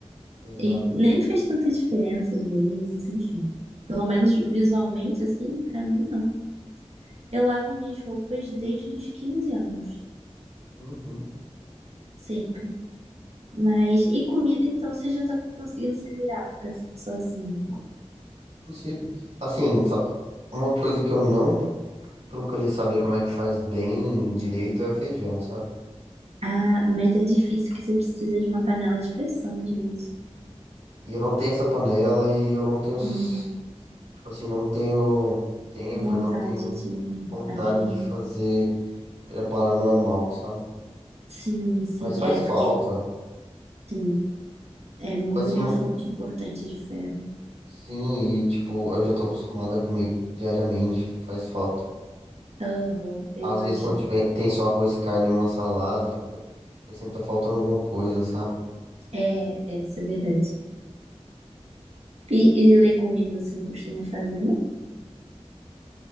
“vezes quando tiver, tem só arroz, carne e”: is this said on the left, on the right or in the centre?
Right